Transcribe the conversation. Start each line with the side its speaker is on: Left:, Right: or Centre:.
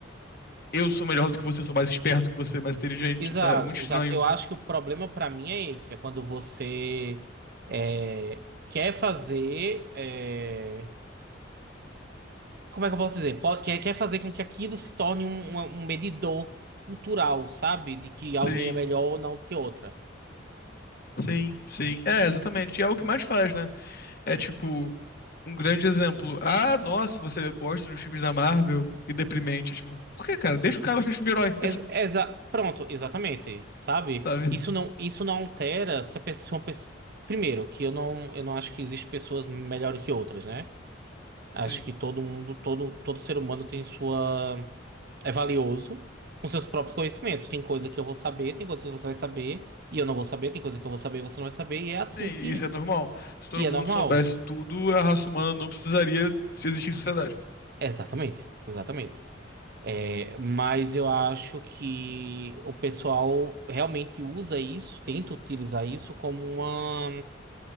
Left: eu sou melhor do que você, sou mais esperto que você, mais inteligente.
Right: Exato,
Left: Isso é muito estranho.
Right: exato. Eu acho que o problema pra mim é esse, é quando você é, quer fazer. é, Como é que eu posso dizer? Po- quer, quer fazer com que aquilo se torne um, uma- um medidor cultural, sabe? De que alguém
Left: Sim,
Right: é melhor ou não do que outra.
Left: sim, sim. É, exatamente. E é o que mais faz, né? É tipo. Um grande exemplo. Ah, nossa, você gosta dos filmes da Marvel? Que deprimente. É, tipo, por que, cara? Deixa o cara gostar de filme de herói.
Right: Ex- exa- pronto, exatamente, sabe?
Left: <laughs> Sabe?
Right: Isso não, isso não altera se a pessoa, pessoa- Primeiro, que eu não, eu não acho que existem pessoas melhores que outras, né? Acho
Left: Sim.
Right: que todo mundo, todo, todo ser humano tem sua... É valioso com seus próprios conhecimentos. Tem coisa que eu vou saber, tem coisa que você vai saber, e eu não vou saber, tem coisa que eu vou saber e você não vai saber, e é assim
Left: Sim,
Right: que...
Left: isso é normal. Se todo
Right: E
Left: mundo
Right: é normal.
Left: soubesse tudo, a raça humana não precisaria se existir em sociedade.
Right: Exatamente, exatamente. É, mas eu acho que o pessoal realmente usa isso, tenta utilizar isso como uma,